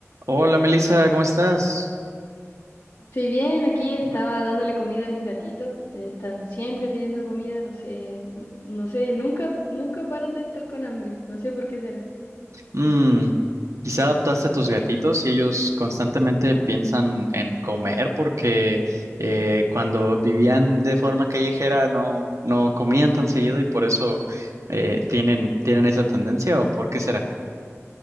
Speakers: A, on the right; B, on the left.
A: Hola Melissa, ¿cómo estás?
B: Estoy bien, aquí estaba dándole comida a mis gatitos. eh, Están siempre pidiendo comida, no sé, n- no sé, nunca, nunca paran de estar con hambre. No sé por qué será.
A: Mm, quizá adaptaste a tus gatitos y ellos constantemente piensan en comer porque eh, cuando vivían de forma callejera no, no comían tan seguido y por eso eh, tienen, tienen esa tendencia ¿o por qué será?